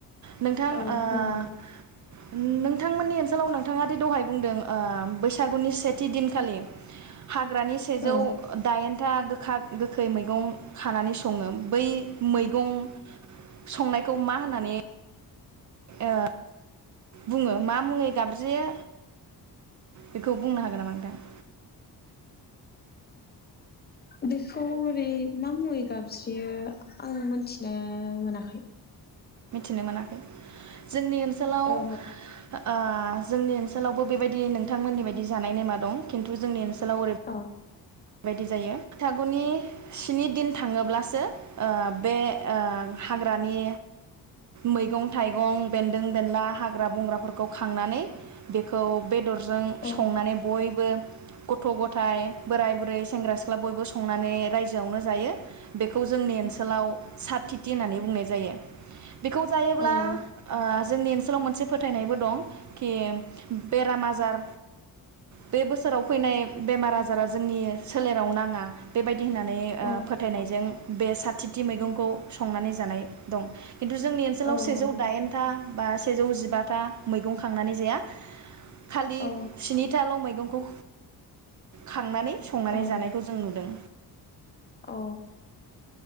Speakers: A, on the right; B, on the left.
A: नोंथां ओ
B: औ नंगौ
A: नोंथांमोननि ओनसोलाव नोंथाङा दि दहाय बुंदों बैसागुनि सेथि दिनखालि हाग्रानि सेजौ
B: औ
A: दाइन गोखा गोखै मैगं खानानै सं ङो बै मैगं। संनायखौ मा होननानै ओ बुङो मा मुङै गाबज्रियो बेखौ बुंनो हागोन नामा नोंथां?
B: बेखौ ओरै मा मुङै गाबज्रियो आं मोनथिनो मोनाखै।
A: मिथिनो मोनाखै जोंनि ओनसोलाव। ओनसालाव
B: औ
A: ओ जोंनि ओनसोलावबो बेबायदि नोंथांमोननि बायदि जानाय नेमा दं खिन्थु जोंनि ओनसोल <unintelligible>
B: औ
A: बेबायदि जायो बैगुनि स्नि दिन थाङोब्लासो बे हाग्रानि मैगं थाइगं बेन्दों बेन्ला हाग्रा बंग्राफोरखौ खांनानै बेखौ बे बेदरजों
B: औ
A: संनानै बयबो गथ गथाय बोराइ बुरै ओमफ्राय सेंरा सिखला संनानै राइजोयावनो जायो बेखौ जोंनि ओनसोलाव सानथि थे होननानै बुंनाय जायो। बेखौ जायोब्ला
B: औ
A: ओ जोंनि ओ ओनसोलाव मोनसे फोथायनायबो दं खे बेराम आजार बे बोसोराव फैनाय बेमार आजारा जोंनि सोलेराव नाङा बेबायदि होननानै
B: औ
A: फोथायनायजों बे साथि थि मैगंखौ संनानै जानाय दं खिन्थु जोंनि ओनसोलाव
B: औ
A: सेजौ
B: नंगौ
A: दाइनथा बा सेजौ जिबाथा मैगं खांनानै जाया खालि
B: औ
A: स्निथाल' मैगं खौ खांनानै संनानै
B: औ
A: जानायखौ जों नुदों
B: औ